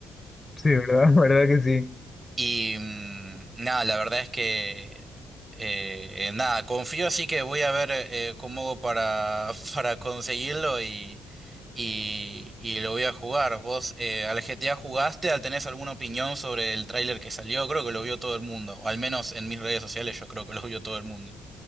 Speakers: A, on the left (about 25°); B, on the right (about 25°).
A: Sí, ¿verdad? <laughs> ¿Verdad que sí?
B: Y mm, nada, la verdad es que eh, nada, confío así que voy a ver eh, cómo hago para, <laughs> para conseguirlo y, y, y lo voy a jugar. ¿Vos eh, al GTA jugaste? ¿Al tenés alguna opinión sobre el tráiler que salió? Creo que lo vio todo el mundo, o al menos en mis redes sociales yo creo que lo vio todo el mundo.